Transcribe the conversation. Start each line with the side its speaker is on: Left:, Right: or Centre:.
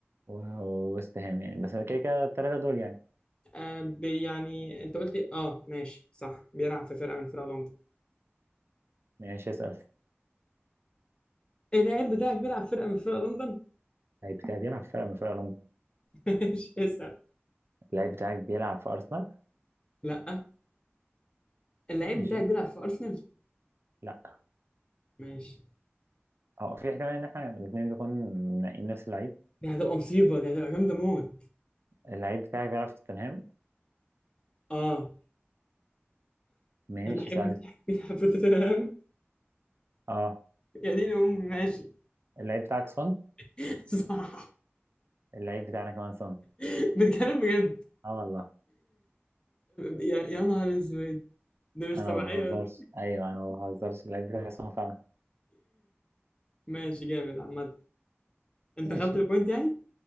Right: و- وويست هام يعني بس كده كده الثلاثة دول يعني
Left: آه بي- يعني انت قلت إيه؟ اه ماشي صح بيلعب في فرقه من فرق لندن
Right: ماشي اسأل
Left: إيه اللعيب بتاعك بيلعب في فرقه من فرق لندن
Right: اللعيب بتاعك بيلعب في فرقة من فرق لندن
Left: <laughs> ماشي اسال
Right: اللعيب بتاعك بيلعب في أرسنال
Left: لا اللعيب
Right: ماشي
Left: بتاعك بيلعب في ارسنال
Right: لا
Left: ماشي
Right: اه في احتمال ان احنا الاثنين نكون منقين نفس اللعيب
Left: دي هتبقى مصيبه دي هتبقى جامده موت
Right: اللعيب بتاعك بيلعب في توتنهام
Left: اه
Right: ماشي
Left: اللعيب
Right: سألت
Left: بتاعك بيلعب في توتنهام
Right: اه
Left: يا دين امي ماشي
Right: اللعيب بتاعك سون
Left: <laughs> صح
Right: اللعيب بتاعنا كمان سون
Left: <laughs> بتكلم بجد
Right: اه والله
Left: يا يا نهار اسود ده مش
Right: انا
Left: طبيعية
Right: ما بهزرش ايوه انا ما بهزرش اللعيب بتاعي سون فعلا
Left: ماشي جامد عامة انت
Right: ماشي
Left: خدت البوينت يعني؟